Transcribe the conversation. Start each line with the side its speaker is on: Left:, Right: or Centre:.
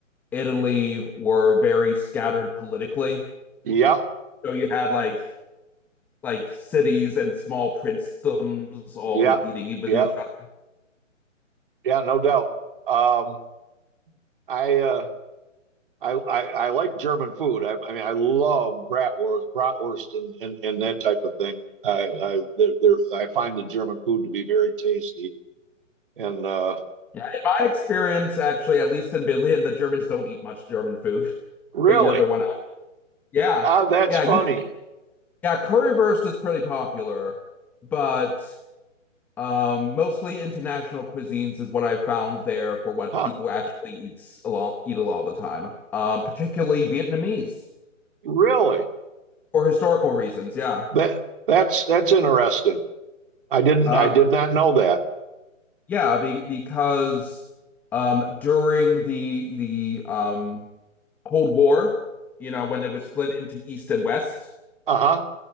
Centre: Italy were very scattered politically.
Right: Yeah,
Centre: So you had like like cities and small princedoms all
Right: yeah,
Centre: competing with
Right: yeah,
Centre: each other.
Right: yeah. No doubt. Um, I, uh, I I I like German food. I, I mean, I love bratwurst, bratwurst, and and, and that type of thing. I I they're, they're, I find the German food to be very tasty. And uh,
Centre: Yeah, in my experience, actually, at least in Berlin, the Germans don't eat much German food. <laughs>
Right: really,
Centre: They eat everyone else. Yeah,
Right: ah, that's
Centre: yeah,
Right: funny.
Centre: you can, yeah, currywurst is pretty popular, but um, mostly international cuisines is what I found there for what
Right: huh?
Centre: people actually eats a lot eat a lot of the time. Um, particularly Vietnamese
Right: Really?
Centre: for historical reasons. Yeah.
Right: That that's that's interesting. I didn't
Centre: Um,
Right: I did not know that.
Centre: Yeah, be, because um, during the the um, Cold War, you know, when it was split into East and West,
Right: Uh-huh.